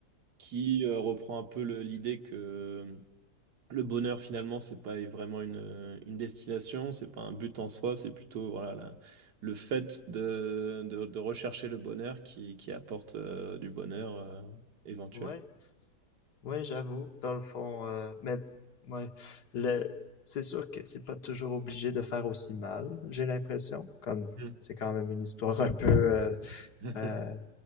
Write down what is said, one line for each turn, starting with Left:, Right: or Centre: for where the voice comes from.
Right: qui euh, reprend un peu le- l'idée que euh, le bonheur finalement c'est pas vraiment une, euh, une destination, c'est pas un but en soi, c'est plutôt voilà la- le fait de, de, de rechercher le bonheur qui, qui apporte euh, du bonheur euh, éventuellement.
Left: Ouais, ouais, j'avoue, dans le fond, euh, mais ouais, le, c'est sûr que c'est pas toujours obligé de faire aussi mal, j'ai l'impression, comme
Right: Ouais.
Left: c'est quand même une histoire un peu, euh,
Right: <laughs>
Left: euh,